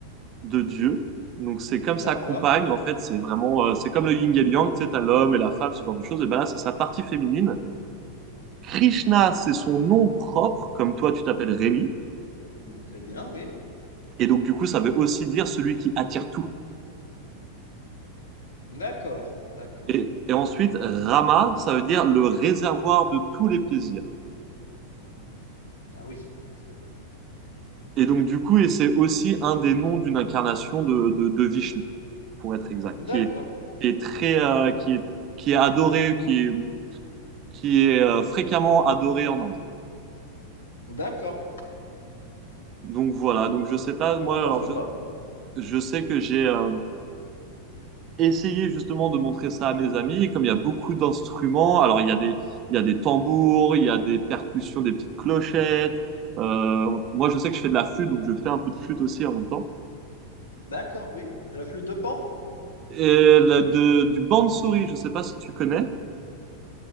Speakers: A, on the right; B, on the left.
A: de Dieu. Donc c'est comme sa
B: D'accord.
A: compagne, en fait, c'est vraiment, euh, c'est comme le yin et le yang, tu sais, t'as l'homme et la femme, ce genre de choses. Et ben là, c'est sa partie féminine. Krishna, c'est son nom propre, comme toi, tu t'appelles Rémi.
B: Hmm, Très bien, oui.
A: Et donc du coup, ça veut aussi dire celui qui attire tout.
B: D'accord. D'accord.
A: Et, et ensuite, Rama, ça veut dire le réservoir de tous les plaisirs.
B: Ah oui. c'est-
A: Et donc du coup, et c'est aussi un des noms d'une incarnation de, de, de Vishnu, pour être exact,
B: D'accord.
A: qui est,
B: D'accord.
A: qui est très, euh, qui est, qui est adoré, qui est, qui est euh, fréquemment adoré en Inde.
B: D'accord.
A: Donc voilà, donc
B: Euh,
A: je sais pas, moi,
B: ne t'en
A: alors
B: fais
A: je,
B: pas.
A: je sais que j'ai euh, essayé justement de montrer ça à mes amis, et comme il y a beaucoup d'instruments, alors il y a des, il y a des tambours, il y a des percussions, des petites clochettes, euh, moi je sais que je fais de la flûte, donc je fais un peu de flûte aussi en même temps.
B: D'accord, oui. De la flûte de Pan?
A: Et la- de, du bansuri, je sais pas si tu connais,